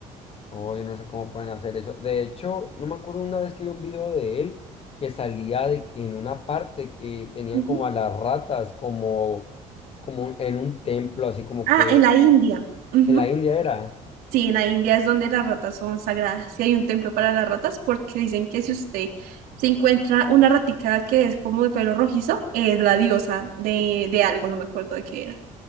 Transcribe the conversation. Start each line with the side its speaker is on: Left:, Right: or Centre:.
Left: Hoy no sé cómo pueden hacer eso. De hecho, no me acuerdo una vez que vi un video de él que salía de que en una parte que tenían
Right: Ujú.
Left: como a las ratas como, como en un templo, así como
Right: Ah,
Left: que
Right: en la India. Ujú.
Left: en la India era.
Right: Sí, en la India es donde las ratas son sagradas. Y hay un templo para las ratas porque dicen que si usted se encuentra una ratica que es como de pelo rojizo, es la diosa de, de algo, no me acuerdo de qué era.